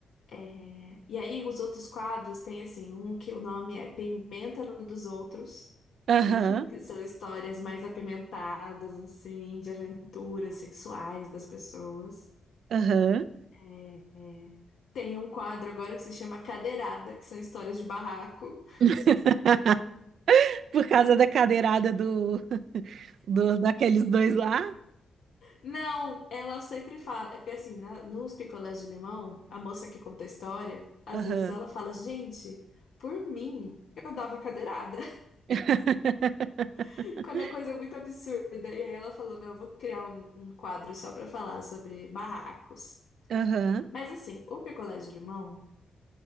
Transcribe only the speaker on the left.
É, E aí os outros quadros tem, assim, um que o nome é Pimenta no dos Outros
Que são histórias mais apimentadas, assim, de aventuras sexuais das pessoas.
É, é. Tem um quadro agora que se chama Cadeirada, que são histórias de barraco.
Não, ela sempre fala. É porque, assim, na- nos picolés de limão, a moça que conta a história, às
vezes ela fala: Gente, por mim, eu dava cadeirada.
<laughs> Quando a coisa é muito absurda. E aí ela falou: Não, eu vou criar um, um quadro só pra falar sobre barracos.
Mas, assim, o picolé de limão.